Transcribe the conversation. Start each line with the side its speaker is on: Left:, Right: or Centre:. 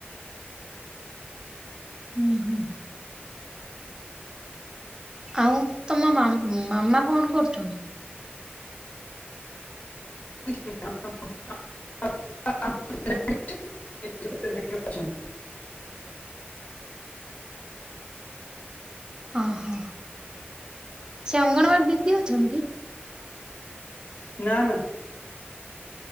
Right: ହୁଁ-ହୁଁ। ଆଉ ତମ ମାମ୍ ମାମା କଣ କରୁଚନ୍ତି?
Left: <inaudible> <inaudible>
Right: ଓହୋ, ସେ ଅଙ୍ଗନୱଡ଼ି ଦିଦି ଅଛନ୍ତି କି?
Left: ନା-ନା।